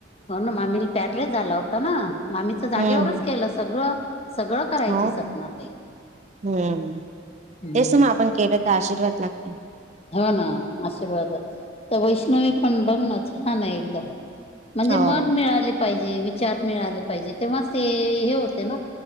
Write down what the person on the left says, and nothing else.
हो ना मामीला प्यारलेस झाला. होता ना मामीच जागेवरच
केलं सगळं. सगळं करायची
सपनाताई
हम्म
हो ना आशीर्वाद, त वैष्णवी पण बघ ना छान आहे एकदम. म्हणजे
मन मिळाले पाहिजे, विचार मिळाले पाहिजे, तेव्हाच ते हे होते ना.